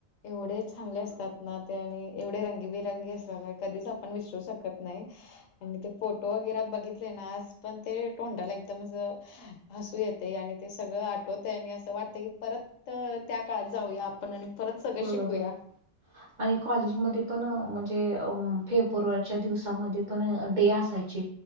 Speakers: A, on the left; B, on the right.
A: एवढे चांगले असतात ना ते आणि एवढे रंगी बिरंगी असतात हे कधीच आपण विसरू शकत नाही आणि ते फोटो वगैरे बघितले ना आज पण ते तोंडाला एकदम अस हसू येते आणि ते सगळं आ आणि असं वाटतं की परत त्या काळात जाऊया आपण आणि परत सगळं
B: बरोबर
A: शिकूया.
B: आणि कॉलेजमध्ये पण म्हणजे फेब्रुवारीच्या दिवसामध्ये पण डे असायची